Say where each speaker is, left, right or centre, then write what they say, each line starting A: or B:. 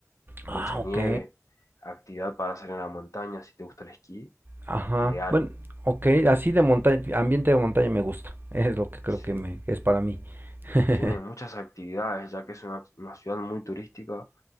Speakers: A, on the right; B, on the left.
A: Ah,
B: Mucha nieve,
A: ok.
B: actividad para salir a la montaña, si te gusta el esquí,
A: Ajá.
B: ideal.
A: Bueno, ok, así de montaña, ambiente de montaña me gusta. Es lo que creo
B: Sí.
A: que me, es para mí. <laughs>
B: Tiene muchas actividades, ya que es una, una ciudad muy turística.